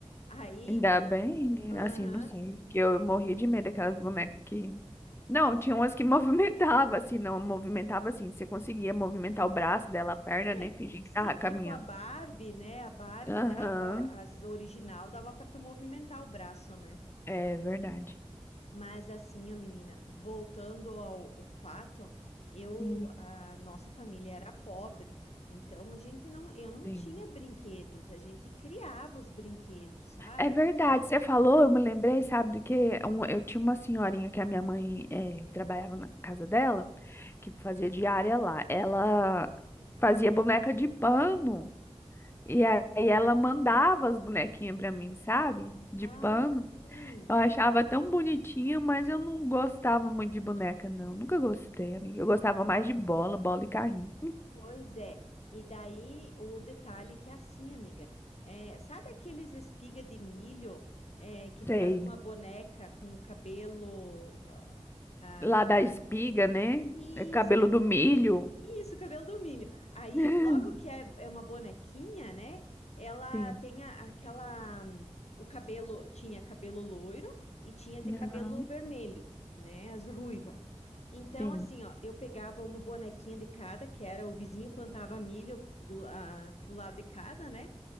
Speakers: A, on the left; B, on the left.
A: Aí,
B: Ainda bem, né?
A: aham.
B: assim, não sei, que eu morria de medo daquelas bonecas que... Não, tinha umas que <laughs> movimentava, assim, não, movimentava assim, você conseguia movimentar o braço dela, a perna,
A: É,
B: né, fingir
A: sim,
B: que tava caminhando.
A: tipo a Barbie, né? A Barbie
B: Aham,
A: dava, as original dava pra tu movimentar o braço, né?
B: é verdade.
A: Mas assim, ó, menina, voltando ao, ao fato, eu,
B: Hum,
A: a nossa família era pobre, então a gente não, eu não
B: Sim.
A: tinha brinquedos, a gente criava os brinquedos, sabe?
B: É verdade, você falou, eu me lembrei, sabe do quê? Um- eu tinha uma senhorinha que a minha mãe eh, trabalhava na casa dela, que fazia diária lá. Ela fazia boneca de pano e aí ela mandava as bonequinhas pra mim, sabe? De pano.
A: Ai, sim.
B: Eu achava tão bonitinha, mas eu não gostava muito de boneca, não. Nunca gostei, amiga. Eu gostava mais de bola, bola e carrinho.
A: Pois é, e daí o detalhe que é assim, amiga, é, sabe aqueles espiga de milho é, que faz
B: Sei.
A: uma boneca com cabelo? ah, ah,
B: lá da espiga, né?
A: isso,
B: É cabelo do milho.
A: isso, cabelo do milho. Aí,
B: <laughs>
A: logo que é, é uma bonequinha, né? Ela
B: Sim.
A: tem a- aquela. hum, O cabelo tinha cabelo loiro e tinha de
B: Aham.
A: cabelo vermelho, né? As ruiva. Então,
B: Sim.
A: assim, ó, eu pegava uma bonequinha de cada, que era o vizinho plantava milho do, a- do lado de casa, né?